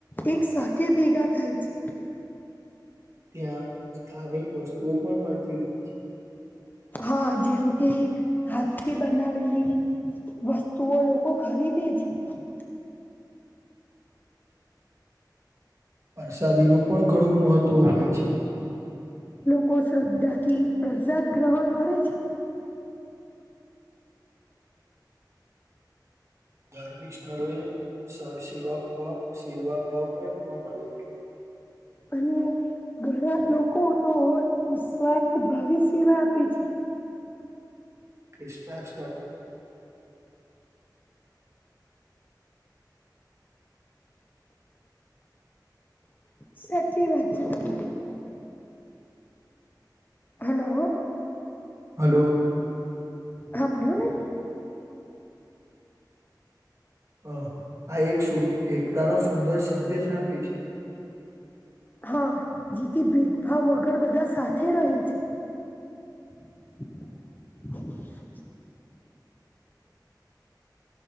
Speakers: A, on the left (about 25°); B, on the right (about 40°).
A: એક સાથે ભેગા થાય છે.
B: ત્યાં સ્થાનિક વસ્તુઓ પણ મળતી હોય છે
A: હા જેમ કે હાથથી બનાવેલી વસ્તુઓ લોકો ખરીદે છે પી.
B: વરસાદીનું પણ ઘણું મહત્વ હોય છે.
A: લોકો શ્રદ્ધા થી પ્રસાદ ગ્રહણ કરે છે
B: ધાર્મિક સ્થળોએ સ સેવા બવા સેવાભાવ પણ જોવા મળે છે હ
A: અને ઘણા લોકો તો નિસ્વારથ ભાવે સેવા આપે છે
B: કેશ લ સ્ટાર <unintelligible>
A: સાચી વાત છે તમારી હલો
B: હલો.
A: હા બોલોને
B: અ આ એક સુન એકતાનો સુંદર સંદેશ આપે છે
A: હા જેથી ભેદભાવ વગર બધા સાથે રહે છે <inaudible>